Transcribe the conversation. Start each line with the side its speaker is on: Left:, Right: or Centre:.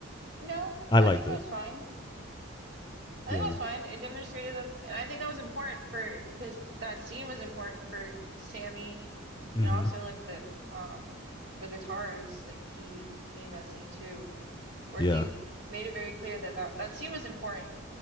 Right: No,
Left: I liked
Right: I think
Left: it.
Right: it was fine. I
Left: Yeah.
Right: think it was fine. It demonstrated that, and I think that was important for because that scene was important for Sammy
Left: Mhm.
Right: and also like the um the guitarist. Like he needed that scene too, where
Left: Yeah.
Right: he made it very clear that that, that scene was important